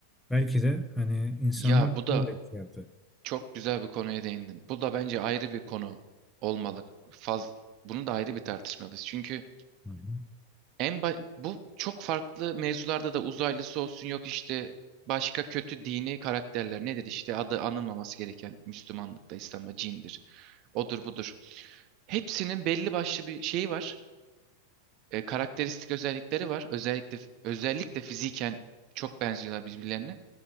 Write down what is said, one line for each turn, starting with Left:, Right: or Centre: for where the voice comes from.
Centre: Belki de hani insanlar
Right: Ya bu da
Centre: böyle bir şey yaptı.
Right: çok güzel bir konuya değindin. Bu da bence ayrı bir konu olmalı. Faz, bunu da ayrı bir tartışmalıyız. Çünkü
Centre: Hı hı.
Right: en ba- bu çok farklı mevzularda da uzaylısı olsun yok işte başka kötü dini karakterler nedir işte adı anılmaması gereken Müslümanlıkta İslam'da cindir. Odur budur. Hepsinin belli başlı bir şeyi var. e, karakteristik özellikleri var. Özellikle özellikle fiziken çok benziyorlar birbirlerine.